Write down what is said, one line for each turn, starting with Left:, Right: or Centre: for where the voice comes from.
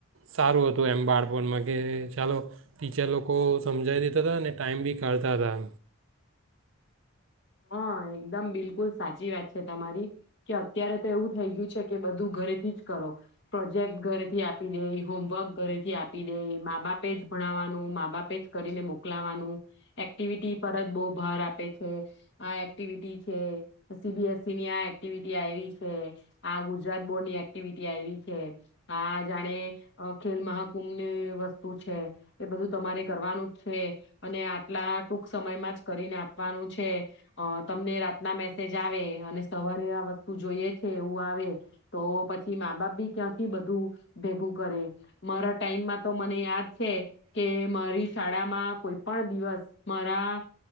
Right: સારું હતું એમ બાળપણમાં કે ચાલો ટીચર લોકો સમજાવી દેતા હતા અને ટાઈમ બી કાઢતા તા.
Left: હા એકદમ બિલકુલ સાચી વાત છે, તમારી કે અત્યારે તો એવું થઈ ગયું છે કે બધું ઘરે થી જ કરો પ્રોજેક્ટ ઘરેથી આપી દે, હોમવર્ક ઘરેથી આપી દે, મા બાપે જ ભણાવવાનું, મા બાપે જ કરીને મોકલાવાનું, એક્ટિવિટી પર જ બહુ ભાર આપે છે. આ એક્ટિવિટી છે સી બી એસ ઇ ની આ એક્ટિવિટી આવી છે, આ ગુજરાત બોર્ડની એક્ટિવિટી આવી છે, આ જાણે ખેલ મહાકુંભની વસ્તુ છે, એ બધું તમારે કરવાનું જ છે. અને આટલા ટૂંક સમયમાં જ કરીને આપવાનું છે. અ તમને રાતના મેસેજ આવે અને સવારે આ વસ્તુ જોઈએ છે, એવું આવે તો પછી મા બાપ બી ક્યાંથી બધું ભેગું કરે. મારા ટાઈમમાં તો મને યાદ છે કે મારી શાળામાં કોઈ પણ પણ દિવસ મારા